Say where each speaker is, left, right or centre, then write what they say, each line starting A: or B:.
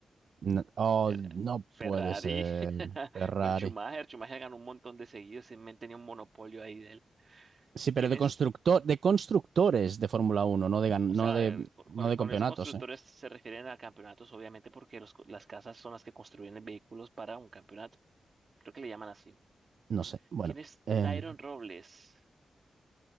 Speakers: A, on the right (about 75°); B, on the right (about 45°).
A: no, oh,
B: Era
A: no
B: Ferrari
A: puede ser
B: <laughs>
A: Ferrari.
B: con Schumacher. Schumacher ganó un montón de seguidos. Ese men tenía un monopolio ahí de él.
A: Sí, pero
B: ¿Quién
A: de
B: es?
A: constructor, de constructores de Fórmula Uno. no de, gan-
B: O
A: no
B: sea,
A: de,
B: eh, con,
A: no
B: con-
A: de
B: con
A: campeonatos,
B: esos constructores
A: ¿eh?
B: se refieren a campeonatos, obviamente, porque los co- las casas son las que construyen los vehículos para un campeonato. Creo que le llaman así.
A: No sé. Bueno.
B: ¿Quién es
A: eh,
B: Dairon Robles?